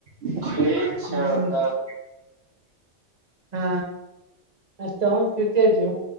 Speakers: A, on the right (about 65°); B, on the right (about 40°).
A: ठीक छौ
B: ह
A: तब।
B: ह आब तोहू सूइते जो।